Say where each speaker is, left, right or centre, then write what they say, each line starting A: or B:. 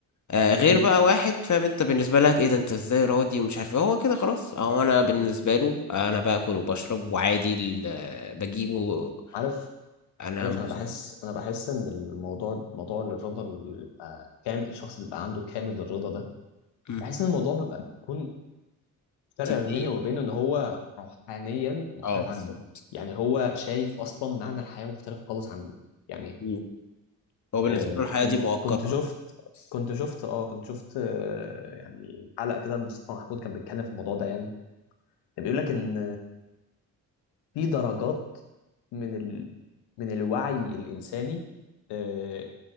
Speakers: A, on the left (about 45°); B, on the left (about 80°).
A: آه غير
B: مم.
A: بقى واحد فاهم انت بالنسبه لك ايه ده انت ازاي راضي ومش عارف ايه هو كده خلاص آه، هو انا بالنسبه له انا باكل وبشرب وعادي ال- بجيبه
B: عارف
A: انا
B: عارف
A: مبسوط
B: انا بحس انا بحس ان الموضوع موضوع الرضا اللي بيبقى كامل الشخص اللي بيبقى عنده كامل الرضا ده
A: مم.
B: بحس ان الموضوع بيبقى بيكون فرق
A: تدين
B: ما بيني وبينه ان هو روحانيا مختلف
A: اه بالظبط
B: عني يعني هو شايف اصلا معنى الحياة مختلف خالص عني يعني
A: مم. هو بالنسبه
B: آه
A: له الحياه
B: كنت
A: دي مؤقته
B: كنت شفت
A: خلاص
B: كنت شفت اه كنت شفت آه يعني حلقة كده لمصطفى محمود كان بيتكلم في الموضوع ده يعني كان بيقول لك ان في درجات من ال... من الوعي الإنساني آه،